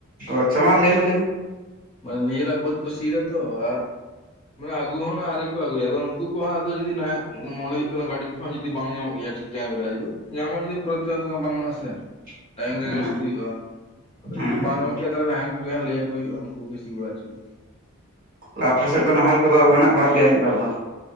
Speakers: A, on the right (about 40°); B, on the left (about 25°).
A: ᱚ ᱟᱪᱪᱷᱟ ᱢᱟ ᱞᱟᱹᱭᱢᱮ ᱞᱟᱹᱭᱢᱮ᱾
B: ᱢᱟᱱᱮ ᱱᱤᱡᱮᱨᱟᱜ ᱵᱟᱹᱫ ᱠᱩᱥᱤᱭ ᱫᱟ ᱛᱚ ᱟᱨ ᱢᱟᱱᱮ ᱟᱜᱩ ᱦᱚᱸᱚ ᱱᱟᱜ ᱟᱹᱨᱤ ᱠᱚ ᱟᱹᱜᱩᱭᱟ ᱟᱫᱚ ᱩᱱᱠᱩ ᱠᱚᱦᱚᱸ ᱟᱫᱚ ᱡᱩᱫᱤ ᱱᱟᱜ ᱢᱚᱱᱮ ᱦᱩᱭᱩᱜ ᱠᱟᱱᱟ ᱜᱟᱹᱰᱤ ᱠᱚᱦᱚᱸ ᱡᱩᱫᱤ ᱵᱟᱝ ᱧᱟᱢᱚᱜ ᱜᱮᱭᱟ ᱴᱷᱤᱠ ᱴᱟᱭᱤᱢ ᱨᱮ ᱧᱟᱢᱦᱟᱸ ᱡᱩᱫᱤ ᱯᱚᱨᱮᱛᱮ ᱵᱟᱝ ᱜᱟᱱ ᱟ ᱥᱮ᱾
A: <inaudible>
B: ᱴᱟᱭᱤᱢ ᱨᱮᱜᱮ
A: ᱦᱮᱸ
B: ᱞᱚᱥᱚᱫ ᱦᱩᱭᱩᱜᱼᱟ, ᱟᱫᱚ
A: ᱦᱮᱸ
B: ᱡᱩᱫᱤ ᱵᱟᱝ
A: ᱦᱮᱸ
B: ᱧᱟᱢᱚᱜ ᱜᱮᱭᱟ ᱛᱟᱦᱚᱞᱮ ᱱᱟᱦᱮᱞ ᱠᱚᱜᱮ ᱦᱟᱜ ᱞᱟᱹᱭᱟ ᱠᱚ ᱦᱩᱭᱩᱜᱼᱟ᱾ ᱩᱱᱠᱩ ᱜᱮ ᱥᱤ ᱵᱟᱲᱟ ᱦᱚᱪᱩᱜ
A: ᱟᱪᱪᱷᱟ ᱟᱯᱮ ᱥᱮᱫ ᱫᱚ ᱱᱟᱦᱮᱞ ᱠᱚᱫᱚ ᱢᱮᱱᱟᱜ ᱵᱟᱲᱟᱜ ᱜᱮᱭᱟ ᱢᱤᱫ ᱵᱟᱨ ᱫᱚ?